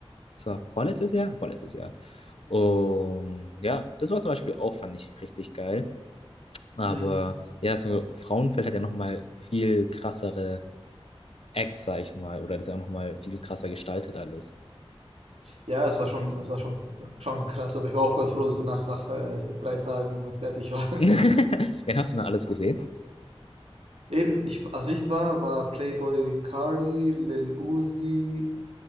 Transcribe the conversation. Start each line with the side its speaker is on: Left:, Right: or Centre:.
Left: es war vorletztes Jahr? Vorletztes Jahr. Und ja, das war zum Beispiel auch, fand ich richtig geil. Aber
Right: Mhm.
Left: ja, so Frauenfeld hat ja nochmal viel krassere Acts, sag ich mal. Oder das ist ja auch nochmal viel krasser gestaltet alles.
Right: Ja, es war schon, es war schon, schon krass, aber ich war oftmals froh, dass danach nach äh, drei Tagen fertig war. <laughs>
Left: <laughs> Wen hast du denn alles gesehen?
Right: Eben, ich, als ich war, war Playboy Cardi, Lil Uzi.